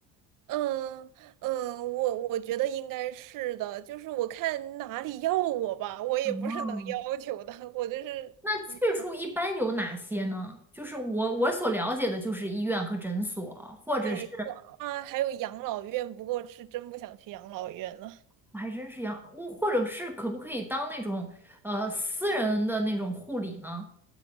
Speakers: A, on the right (about 45°); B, in the centre.
A: 嗯嗯，我我觉得应该是的，就是我看哪里要我吧，我也不是能要求的，
B: 哦，
A: <laughs> 我就是嗯
B: 那去处一般有哪些呢？就是我我所了解的就是医院和诊所，或者是
A: 没错啊。还有养老院，不过是真不想去养老院了。
B: 我还真是要，我或者是可不可以当那种呃私人的那种护理呢？